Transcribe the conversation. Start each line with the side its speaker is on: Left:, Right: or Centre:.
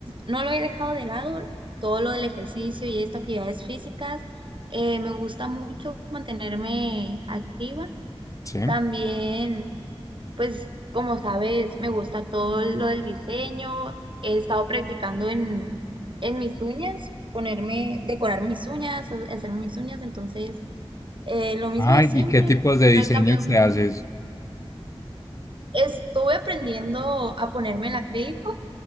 Right: no lo he dejado de lado. Todo lo del ejercicio y estas actividades físicas, eh, me gusta mucho mantenerme activa.
Left: Sí.
Right: También, pues como sabes, me gusta todo lo del diseño. He estado practicando en, en mis uñas, ponerme, decorar mis uñas, ha- hacerme mis uñas. Entonces, eh, lo mismo
Left: Ay,
Right: de siempre,
Left: ¿y qué tipos de diseños
Right: no he cambiado mucho.
Left: te haces?
Right: Estuve aprendiendo a ponerme el acrílico